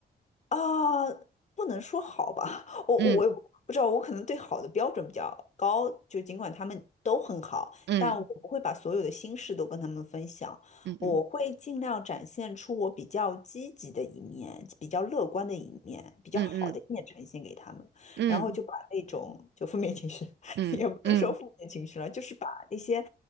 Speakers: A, on the left (about 40°); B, on the right (about 80°).
A: 啊，不能说好吧，<laughs> 我我也不知道，
B: 嗯
A: 我可能对好的标准比较高，就尽管他们都很好，
B: 嗯
A: 但我不会把所有的心事都跟他们分享，
B: 嗯嗯
A: 我会尽量展现出我比较积极的一面，比较乐观的一面，比较好的一面呈现给他们，
B: 嗯嗯嗯
A: 然后就把那种就负面情绪，<laughs>
B: 嗯嗯
A: 也不能说负面情绪了，就是把那些。